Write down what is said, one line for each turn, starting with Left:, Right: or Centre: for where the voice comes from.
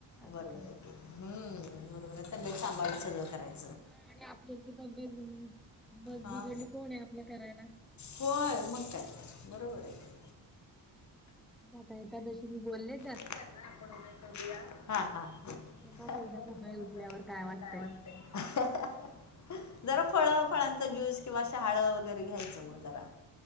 Centre: असं
Left: बरोबर
Centre: करतात.
Left: आहेे की बरोबरे तब्येत सांबाळ सगळं करायचं.
Centre: आणि आपली एक तर तब्येत बस
Left: हां
Centre: बिघडली कोण आहे आपल्या करायला.
Left: होय मग काय तर बरोबर आहे की.
Centre: मता एतादशी मी बोलले.
Left: कर आपण करूया हा हा.
Centre: तर बघू
Left: सकाळी
Centre: उद्या उठल्यावर
Left: उटल्यावर
Centre: वाटतंय.
Left: काय वाटतय. जरा फळ फळांचा ज्यूस किंवा शहााळ वगैरे घ्यायचं. मग जरा